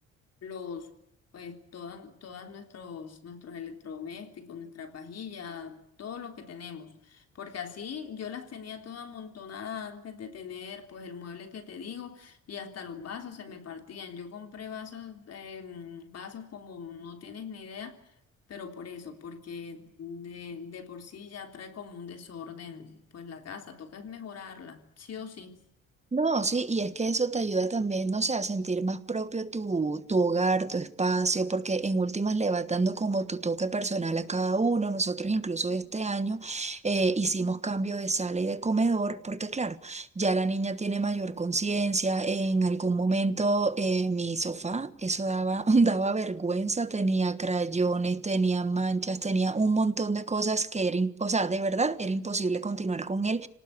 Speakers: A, on the left; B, on the right.
A: los, pues, todas, todas nuestros, nuestros electrodomésticos, nuestras vajillas, todo lo que tenemos. Porque así yo las tenía toda amontonada antes de tener, pues, el mueble que te digo y hasta los vasos se me partían. Yo compré vasos, em, vasos como no tienes ni idea, pero por eso, porque de, de por sí ya trae como un desorden, pues, la casa, toca es mejorarla, sí o sí.
B: No, sí, y es que eso te ayuda también, no sé, a sentir más propio tu, tu hogar, tu espacio, porque en últimas le vas dando como tu toque personal a cada uno. Nosotros incluso este año eh, hicimos cambio de sala y de comedor, porque claro, ya la niña tiene mayor conciencia. En algún momento eh, mi sofá, eso daba, <laughs> daba vergüenza, tenía crayones, tenía manchas, tenía un montón de cosas que era, im- o sea, de verdad era imposible continuar con él